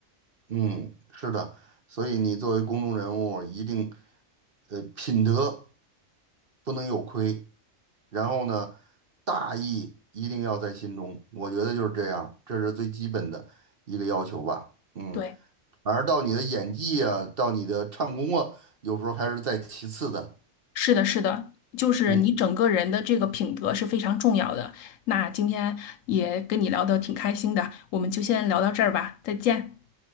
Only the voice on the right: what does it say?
嗯，是的，所以你作为公众人物，一定呃品德不能有亏，然后呢，大义一定要在心中，我觉得就是这样，这是最基本的一个要求吧。嗯。
反而到你的演技啊，到你的唱功啊，有时候还是在其次的。
嗯，